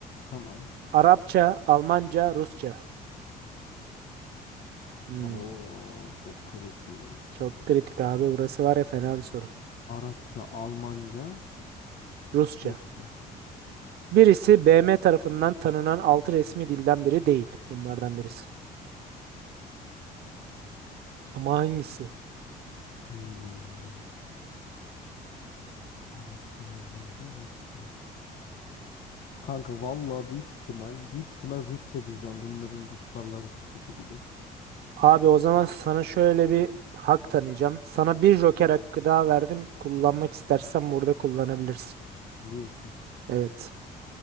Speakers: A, on the left; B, on the right.
A: Tamam.
B: Arapça, Almanca, Rusça. Hmm,
A: Oo çok kritik.
B: çok kritik abi burası var ya fena bir soru.
A: Arapça, Almanca,
B: Rusça.
A: Rusça.
B: Birisi BM tarafından tanınan altı resmi dilden biri değil. Bunlardan birisi. Ama hangisi?
A: Hmm. Arapça, Almanca, Rusça. Kanka vallahi büyük ihtimal, büyük ihtimal Rusça diyeceğim. Bunların Ruslarla arası kötü gibi.
B: Abi o zaman sana şöyle bir hak tanıyacağım. Sana bir joker hakkı daha verdim. Kullanmak istersen burada kullanabilirsin.
A: Diyorsun.
B: Evet.